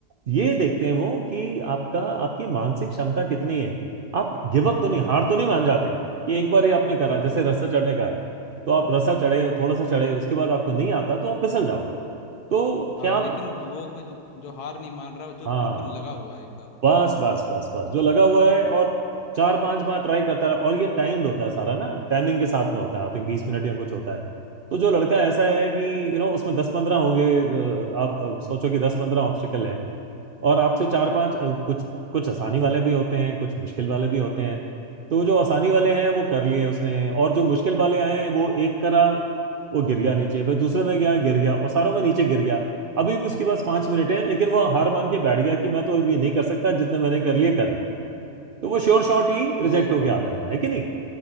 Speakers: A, on the right (about 80°); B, on the left (about 75°).
A: ये देखते हैं वो कि आपका आपकी मानसिक क्षमता कितनी है आप गिव अप तो नहीं हार तो नहीं मान जाते कि एक बार ही आपने करा
B: बिल्कुल
A: जैसे रस्सा चढ़ने का है तो आप रस्सा चढ़े थोड़ा सा चढ़े उसके बाद आपको नहीं आता तो आप फिसल जाओगे तो क्या
B: हाँ
A: आप
B: लेकिन वो कुछ जो हार नहीं मान रहा जो
A: हाँ
B: बिल्कुल लगा हुआ है एकदम
A: बस बस बस बस जो लगा हुआ है और चार पांच बार ट्राई करता है और ये टाइम्ड होता है सारा ना टाइमिंग के साथ में होता है आई थिंक बीस मिनट या कुछ होता है तो जो लड़का ऐसा है कि यू you नो know, उसमें दस पंद्रह होंगे अ, आप अ, सोचो कि दस पंद्रह ऑब्स्टिकल हैं, और आपसे चार पांच अ, कुछ कुछ आसानी वाले भी होते हैं कुछ मुश्किल वाले भी होते हैं तो जो आसानी वाले हैं वो कर लिए उसने और जो मुश्किल वाले आए हैं वो एक करा वो गिर गया नीचे फिर दूसरे में गया गिर गया और सारों में नीचे गिर गया अभी भी उसके पास पांच मिनट हैं लेकिन वो हार मान के बैठ गया कि मैं तो अब ये नहीं कर सकता जितने मैंने कर लिए कर लिए तो वो श्योर शॉट ही रिजेक्ट
B: ओके
A: होके आ जाएगा है कि नहीं